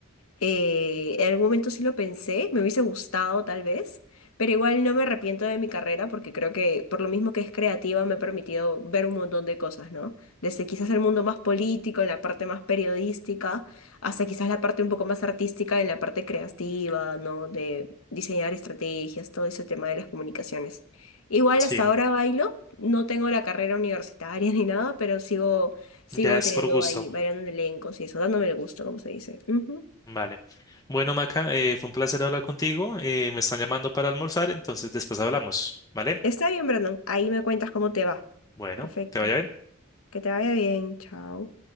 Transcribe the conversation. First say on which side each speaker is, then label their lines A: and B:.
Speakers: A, on the left; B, on the left.
A: Eh, en algún momento sí lo pensé, me hubiese gustado tal vez, pero igual no me arrepiento de mi carrera porque creo que por lo mismo que es creativa me ha permitido ver un montón de cosas, ¿no? Desde quizás el mundo más político, en la parte más periodística, hasta quizás la parte un poco más artística, en la parte creativa, ¿no? De diseñar estrategias, todo ese tema de las comunicaciones. Igual
B: sí,
A: hasta ahora bailo, no tengo la carrera universitaria <laughs> ni nada, pero sigo, sigo
B: ya es
A: teniendo
B: por gusto.
A: ahí, bailando en elencos y eso, dándome el gusto, como se dice. Ujú.
B: Vale. Bueno, Maca, eh, fue un placer hablar contigo. eh, me están llamando para almorzar, entonces después hablamos, ¿vale?
A: Está bien, Brandon. Ahí me cuentas cómo te va.
B: Bueno,
A: Perfecto.
B: te vaya bien.
A: Que te vaya bien. Chao.